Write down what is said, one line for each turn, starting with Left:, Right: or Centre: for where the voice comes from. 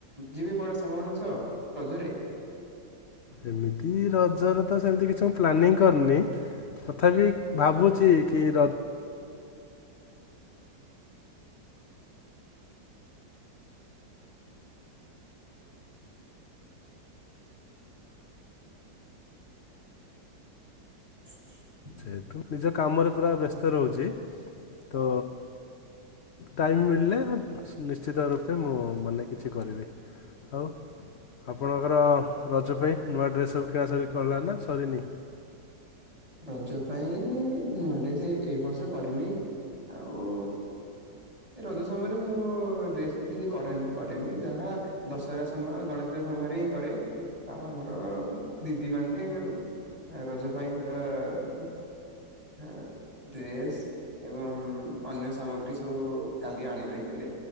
Right: ଯିବେ କୁଆଡ଼େ ସାଙ୍ଗ ମାନଙ୍କ ସହ ରଜରେ?
Left: ଏମିତି ରଜରେ ତ ସେମିତି କିଛି ମୁଁ ପ୍ଲାନିଂ କରିନି ତଥାପି ଭାବୁଛି କି ରଜ
Right: <inaudible>
Left: ସେଠୁ ନିଜ କାମରେ ପୁରା ବ୍ୟସ୍ତ ରହୁଛି ତ ଟାଇମ୍ ମିଳିଲେ ନିଶ୍ଚିତ ରୂପେ ମୁଁ ମାନେ କିଛି କରିବି। ଆଉ ଆପଣଙ୍କର ରଜ ପାଇଁ ନୂଆ ଡ୍ରେସ୍ ସବୁ କିଣା <unintelligible> ନା ସରିନି?
Right: ରଜ ପାଇଁ ନୂଆ ଡ୍ରେସ ଏଇ ବର୍ଷ କରିନି ଆଉ ଏ ରଜ ସମୟରେ ମୁଁ ଡ୍ରେସ୍ <unintelligible> କରେନି କରେନି ଯାହା ଦଶହରା ସମୟ ଗଣେଶ ସମୟରେ ହିଁ କରେ ଆଉ ଆମର ଦିଦି ମାନେ ରଜ ପାଇଁ ପୁରା <unintelligible> ଡ୍ରେସ୍ ଏବଂ ଅନ୍ୟ ସାମଗ୍ରୀ ସବୁ କାଲି ଆଣି ଆଇଥିଲେ।